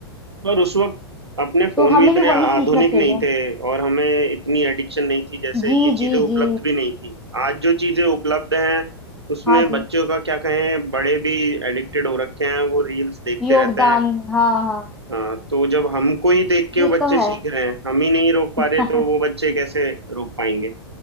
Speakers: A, on the right (about 80°); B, in the centre.
A: और उस वक्त अपने फोन
B: तो हमें
A: भी इतने
B: भी वही
A: आधुनिक
B: सीखना चाहिए
A: नहीं थे और हमें इतनी एडिक्शन नहीं थी जैसे
B: जी
A: ये चीजें
B: जी
A: उपलब्ध
B: जी
A: भी नहीं थी आज जो चीजें उपलब्ध हैं उसमें
B: हाँ जी
A: बच्चों का क्या कहें बड़े भी एडिक्टेड हो रखे हैं वो रील्स देखते
B: योगदान
A: रहते हैं
B: हाँ हाँ
A: हाँ, तो जब हमको ही देख के
B: ये
A: वो बच्चे
B: तो है
A: सीख रहे हैं हम ही नहीं रोक पा
B: <laughs>
A: रहे तो वो बच्चे कैसे रोक पाएंगे